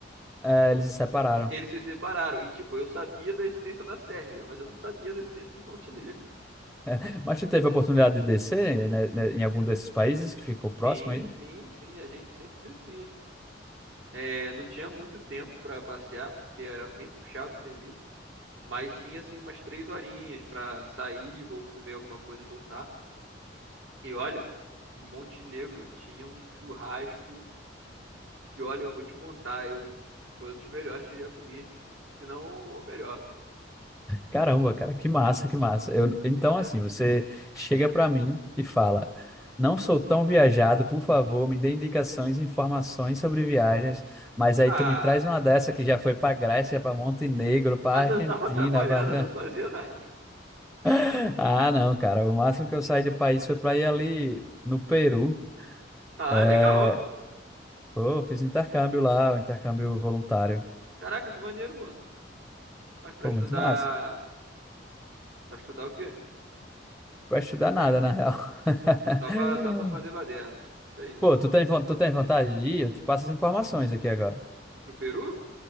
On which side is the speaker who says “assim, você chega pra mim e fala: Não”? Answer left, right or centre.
Centre